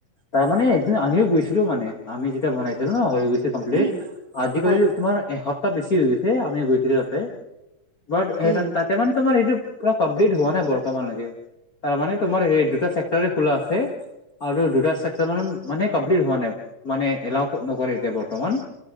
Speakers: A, on the left; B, on the right.
A: তাৰমানে একদিন আমিও গৈছিলোঁ মানে। আমি যেতিয়া বনাইছিলোঁ ন হৈ গৈছে।
B: উম
A: আদি
B: হয়
A: কৰি তোমাৰ এসপ্তাহ বেছি হৈ গৈছে, আমি গৈছিলোঁ তাতে। বাত
B: উম
A: তাতে মানে তোমাৰ সেইটো পুৰা কমপ্লিট হোৱা নাই বৰ্তমান লৈকে। তাৰমানে তোমাৰ এই দুটা চেক্টৰে খোলা আছে। আৰু দুটা চেক্টৰ মান মানে কমপ্লিট হোৱা নাই। মানে এলাও নকৰে এতিয়া বৰ্তমান।